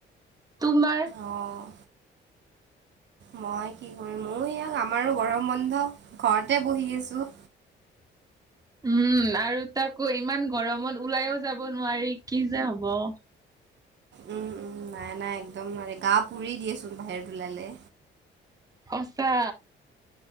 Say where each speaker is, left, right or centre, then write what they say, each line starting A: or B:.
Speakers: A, on the right; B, on the right.
A: তোমাৰ।
B: অ' মই কি কৰিম মই ইয়াক আমাৰো গৰম বন্ধ ঘৰতে বহি আছো।
A: । <inaudible> উম আৰু তাকো ইমান গৰমত ওলাইও যাব নোৱাৰি কি যে হব।। <inaudible>
B: উম উম নাই নাই একদম নোৱাৰাৰে গা পুৰি দিয়েচোন বাহিৰত ওলালে।
A: সঁচা।